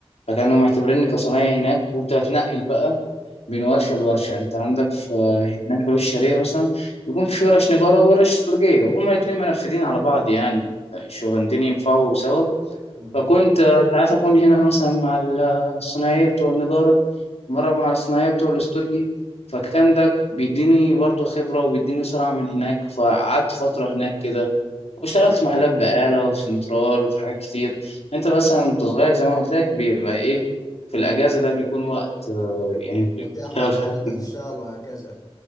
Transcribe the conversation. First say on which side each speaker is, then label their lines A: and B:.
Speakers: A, on the left (about 80°); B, on the left (about 35°).
A: فكانوا معتبريني كصنايعي هناك وكنت بتنقل بقى بين ورشة لورشة يعني أنت عندك في هناك في الشرقية مثلا يكون في ورش نجارة وورش استرجية وهما الاتنين منفذين على بعض يعني الشغلانتين ينفعوا سوا
B: مم.
A: فكنت ساعات أكون هنا مثلا مع الصناعية بتوع النجارة مرة مع الصناعية بتوع الاسترجي فكان ده بيديني برضه خبرة وبيديني سرعة من هناك فقعدت فترة هناك كده واشتغلت
B: مم.
A: في محلات بقالة وفي سنترال وفي حاجات كتير انت مثلا وانت صغير زي ما قلت لك بيبقى ايه في الأجازة ده بيكون وقت آه، يعني
B: متاح
A: بتشتغل
B: اكتر
A: في حاجات
B: ان انت
A: كتير
B: تشتغل وهكذا